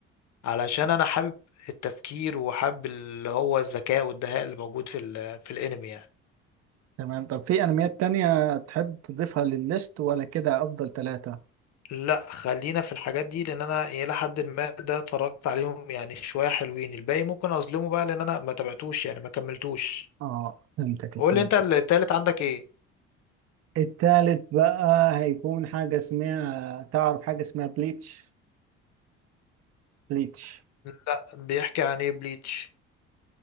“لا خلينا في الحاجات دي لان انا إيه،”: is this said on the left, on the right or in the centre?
Left